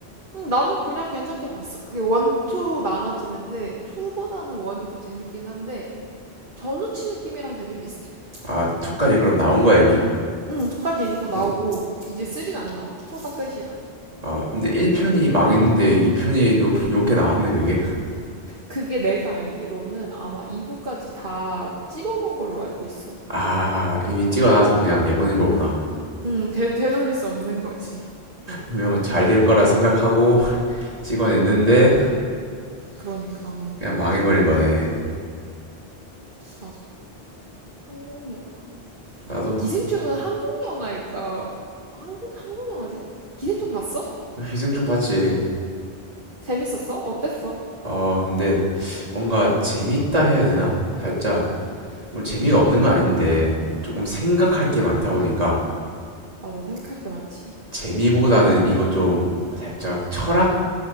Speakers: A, on the right; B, on the right.
A: 음, 나는 그냥 괜찮게 봤어. 그게 원, 투 나눠지는데, 투보다는 원이 더 재밌긴 한데, 전우치 느낌이랑 되게 비슷해.
B: 아, 2까지 그럼 나온 거야, 이미?
A: 응, 2까지 이미 다 나오고,
B: 어,
A: 이제 3는 안 나와. 2가 끝이야.
B: 아, 근데 1편이 망했는데 2편이 용게 나왔네, 그게? <laughs>
A: 그게 내가 알기로는 아마 2부까지 다 찍어놓은 걸로 알고 있어.
B: 아, 이미 찍어놔서 그냥 내보낸 거구나.
A: 응 되, 되돌릴 수 없는 거지.
B: 분명 잘 될 거라 생각하고 <laughs> 찍어냈는데,
A: 그러니까
B: 그냥 망해버린 거네.
A: 맞아. 한국 영화.
B: 나도 음,
A: 기생충은 한국 영화니까 한국 한국 영화지? 기생충 봤어?
B: 희생충 봤지.
A: 재밌었어? 어땠어?
B: 어, 근데 뭔가 재밌다 해야 되나? 살짝, 뭐 재미가 없는 건 아닌데, 조금 생각할
A: 응
B: 게 많다 보니까,
A: 맞아. 생각할 게 많지.
B: 재미보다는 이거 좀 살짝 철학?